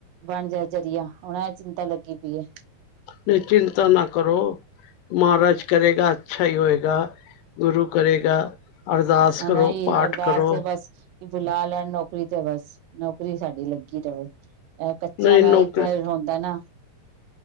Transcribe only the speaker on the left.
ਨਈ, ਚਿੰਤਾ ਨਾ ਕਰੋ। ਮਹਾਰਾਜ ਕਰੇਗਾ, ਅੱਛਾ ਈ ਹੋਏਗਾ। ਗੁਰੂ ਕਰੇਗਾ। ਅਰਦਾਸ
ਕਰੋ,
ਪਾਠ
ਕਰੋ।
ਨਹੀਂ
ਨੌਕਰੀ